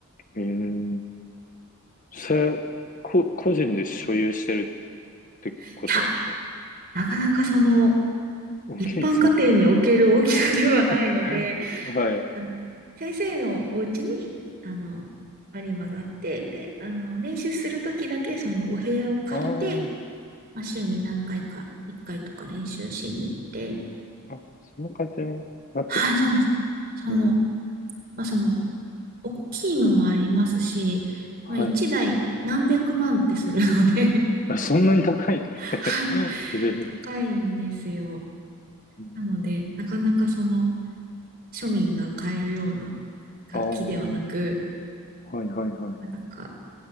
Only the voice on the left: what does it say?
ええーそれは、こ、個人で所有してるってことなんですか
大きいですよね。
<laughs> はい。
ああ、
あ、そんな感じになってるんですけ
ど。うーん、
はい。
あ、そんなに高いって。
<laughs> えー、
うん、
ああ、はいはいはい。